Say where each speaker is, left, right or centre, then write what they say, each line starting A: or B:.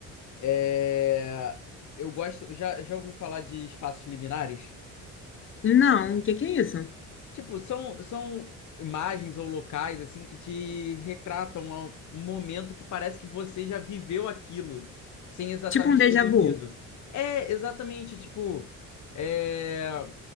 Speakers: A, on the left; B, on the left.
A: é... eu gosto. Já, já ouviu falar de espaços liminares?
B: Não, o que que é isso?
A: Tipo, são, são imagens ou locais assim que te retratam a um momento que parece que você já viveu aquilo, sem exatamente
B: Tipo um déjà
A: ter vivido.
B: vu.
A: É exatamente, tipo, é,